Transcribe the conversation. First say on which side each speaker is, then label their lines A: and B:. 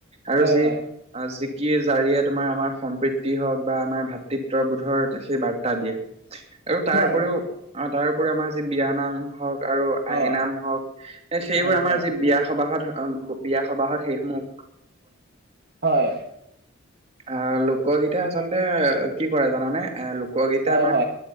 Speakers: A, on the right; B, on the right.
A: আৰু
B: হয়
A: যি-
B: হয়
A: আঁহ' যি কি জাৰিয়ীয়ে তোমাৰ আমাৰ সম্প্ৰীতি হওঁক বা আমাৰ ভাতৃত্ববোধৰ সেই বাৰ্ত তা'ত দিয়ে। আৰু তাৰপৰিও,
B: হয়
A: তাৰপৰিও আমাৰ যি বিয়া নাম হওঁক- আৰু
B: অ
A: আইনাম হওঁক এ' সেইবোৰ
B: হয়
A: আমাৰ
B: হয়
A: যি বিয়া সবাহত বিয়া সবাহত সেইসমূহ
B: হয়।
A: আঁহ' লোকগীতে আচলতে কি কৰে জানানে এ' লোকগীতে
B: হয়
A: আমাৰ-